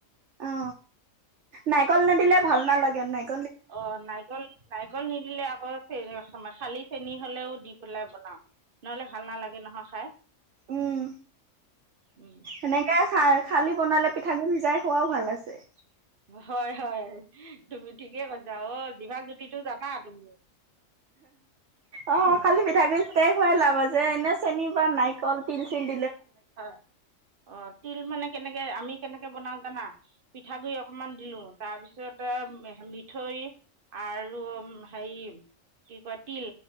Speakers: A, on the right; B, on the right.
A: অ নাৰিকল নিদিলে
B: অ
A: ভাল নালাগে ন।
B: অ নাৰিকল নাৰিকল নি দিলে <unintelligible> আকৌ চ খালি চেনী হলেও দি পেলাই বনাও নহলে ভাল নালাগে নহয় খাই।
A: উম
B: উম
A: এনেকা খাই খালি বনালে পিঠাগুৰি সিজাই খোৱাও ভাল আছে।
B: হয় হয় তুমি ঠিকে কৈছা অ জিমান জ্যোতিটো জানা তুমি।
A: অ
B: হয়
A: খালি পিঠা গুৰি। ত খুৱাই লাব আছে এনে চেনী বা নাৰিকল তিল চেনি।
B: অ অ তিল মানে কেনেকে আমি কেনেকে বনাও জানা পিঠাগুৰি অকনমান দিলো তাৰপিছত মিঠৈ আৰু হেৰি কি কয় তিল